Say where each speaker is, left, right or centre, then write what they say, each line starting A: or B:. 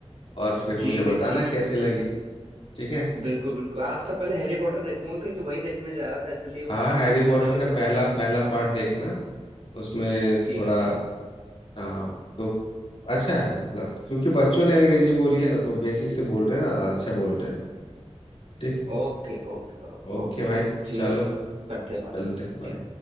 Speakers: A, on the left; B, on the right.
A: और फिर
B: ठीक
A: मुझे बताना
B: है ठीक
A: कैसी
B: है
A: लगी ठीक है
B: बिल्कुल बिल्कुल आज तो पहले हैरी पॉटर देखूंगा क्योंकि वही देखने जा रहा था इसलिए वो
A: हाँ
B: बातचीत
A: हैरी
B: होने
A: पॉटर
B: लगी
A: का
B: तो
A: पहला
B: मैं पूछ
A: पहला
B: लूँ
A: पार्ट देखना उसमें
B: ठीक
A: थोड़ा
B: है ठीक
A: हाँ तो अच्छा है मतलब क्योंकि बच्चों ने अंग्रेजी बोली है ना तो बेसिक से बोल रहे हैं अच्छा बोल रहे हैं ठीक है
B: है Okay okay
A: ओके
B: ओके
A: भाई
B: ठीक
A: चलो
B: है भाई करते हैं बाद
A: मिलते
B: में
A: हैं बाय
B: ठीक